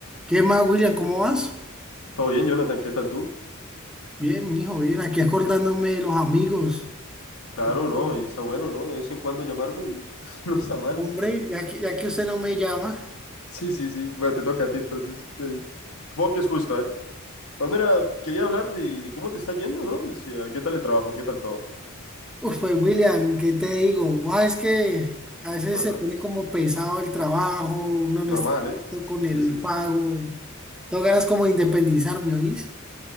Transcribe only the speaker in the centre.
¿Qué más, William? ¿Cómo vas?
Bien, mijo, bien. Aquí acordándome de los amigos.
Y que,
Hombre, ya que, ya que usted no me llama.
Uf, pues, William, ¿qué te digo? Buah, es que a veces
se pone como pesado el trabajo, uno no
está
contento con
el
pago. Tengo ganas como de independizarme, ¿oís?